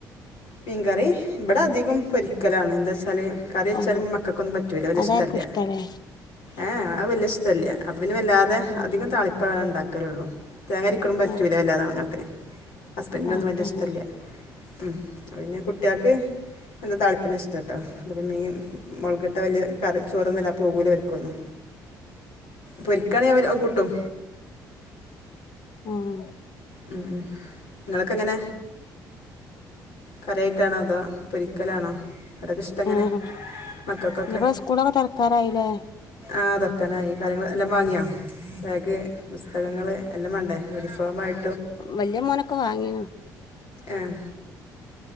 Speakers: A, on the left; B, on the left.
A: മീൻകറി ഇവിടെ അധികം പൊരിക്കലാണ് എന്താ വെച്ചാൽ കറി വെച്ചാലും
B: ആ
A: മക്കൾക്കൊന്നും പറ്റൂല ഒല്
B: അതായിരിക്കും
A: ഇഷ്ടല്ല
B: ഇഷ്ടല്ലേ
A: ഏഹ് അത് വലിയ ഇഷ്ടല്ലേ അപ്പൊ പിന്നെ വല്ലാതെ
B: ആ
A: അധികം താളിപ്പ വേ ഉണ്ടാക്കാരുള്ളൂ തേങ്ങ എക്കും പറ്റല
B: ആ
A: അല്ലാതാ അങ്ങട്ട് ഹസ്ബൻഡിനൊന്നും
B: ഓക്കെ
A: വല്ല ഇഷ്ടമല്ല
B: ആ
A: ഉം പിന്നെ കുട്ടികൾക്ക് എന്താ താളിപ്പന ഇഷ്ടമ കേട്ടോ അത മീൻ മുളകിട്ട വലിയ കറി ചോറൊന്നും മല്ല പൂകൂല വക്കുന്നു പൊരിക്കണെ അവരെ കൂട്ടും
B: ഉം ആഹ്
A: ഉം ഉം നിങ്ങളൊക്കെ എങ്ങനെ കറിയായിട്ടാണോ അതോ പൊരിക്കലാണോ അവിടെയൊക്കെ ഇഷ്ടം എങ്ങനെ
B: ആഹ്
A: മക്കൾക്കൊക്കെ
B: ഇനിപ്പോ സ്കൂളൊക്കെ തുറക്കാറായില്ലേ
A: ആഹ് തുറക്കാനായി കാര്യങ്ങളെല്ലാം വാങ്ങിയാ ബാഗ് പുസ്തകങ്ങൾ എല്ലാം വേണ്ടേ യൂണിഫോമായി
B: വലിയ മോനൊക്കെ വാങ്ങീനു
A: ഏഹ്